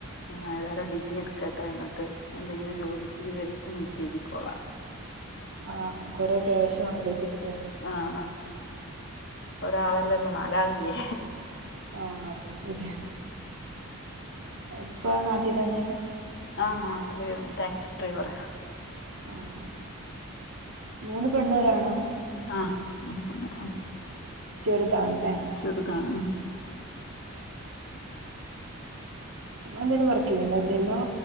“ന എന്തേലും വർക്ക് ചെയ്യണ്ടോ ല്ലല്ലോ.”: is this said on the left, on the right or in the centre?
Right